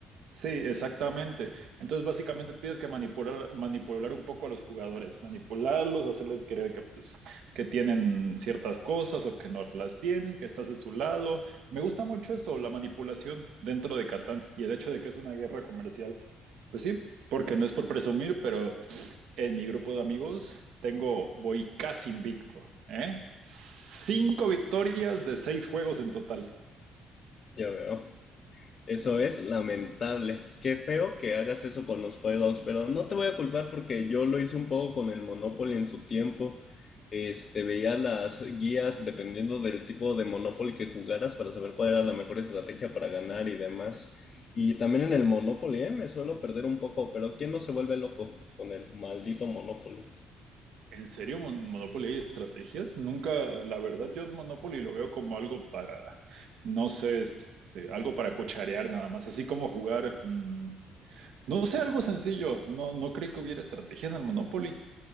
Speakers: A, on the right; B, on the left.
A: Sí, exactamente. Entonces, básicamente tienes que manipular, manipular un poco a los jugadores, manipularlos, hacerles creer que, pues, que tienen ciertas cosas o que no las tienen, que estás de su lado. Me gusta mucho eso, la manipulación dentro de Catán y el hecho de que es una guerra comercial. Pues sí, porque no es por presumir, pero en mi grupo de amigos tengo, voy casi invicto, ¿eh? Cinco victorias de seis juegos en total.
B: ya veo. Eso es lamentable. Qué feo que hagas eso con los juegos, pero no te voy a culpar porque yo lo hice un poco con el Monopoly en su tiempo. Este, veía las guías dependiendo del tipo de Monopoly que jugaras para saber cuál era la mejor estrategia para ganar y demás. Y también en el Monopoly, eh, me suelo perder un poco, pero ¿quién no se vuelve loco con el maldito Monopoly?
A: ¿En serio Mon- en Monopoly hay estrategias? Nunca, la verdad, yo Monopoly lo veo como algo para, no sé, este, algo para cucharear nada más, así como jugar, mm, no sé, algo sencillo. No, no creí que hubiera estrategia en el Monopoly.